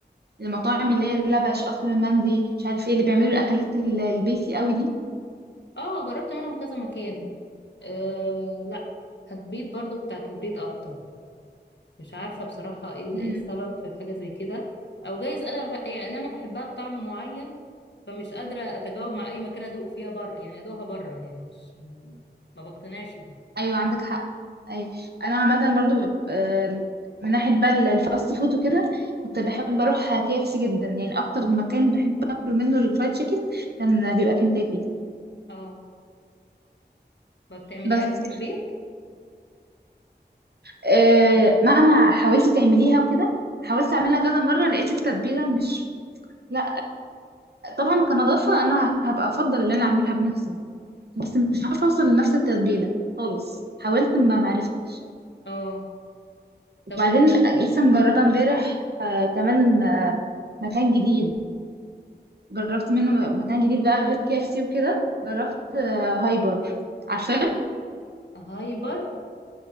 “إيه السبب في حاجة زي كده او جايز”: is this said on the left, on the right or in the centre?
Left